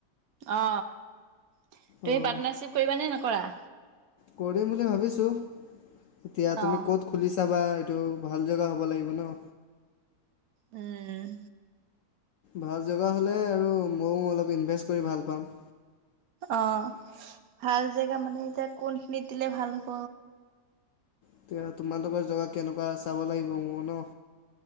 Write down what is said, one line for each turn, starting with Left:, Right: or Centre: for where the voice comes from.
Right: অ তুমি
Left: অঁ
Right: পাৰ্টনাৰশ্বিপ কৰিবা নে নকৰা
Left: কৰিম বুলি ভাবিছো এতিয়া তুমি
Right: অ
Left: ক'ত খুলিছা বা এইটো ভাল জেগা হ'ব লাগিব ন
Right: উম
Left: ভাল জগা হ'লে আৰু মও অলপ ইনভেষ্ট কৰি ভাল পাম
Right: অ ভাল জেগা মানে এতিয়া কোনখিনিত দিলে ভাল হ'ব
Left: এতিয়া তোমালোকৰ জেগা কেনেকুৱা চাব লাগিব মোৰ ন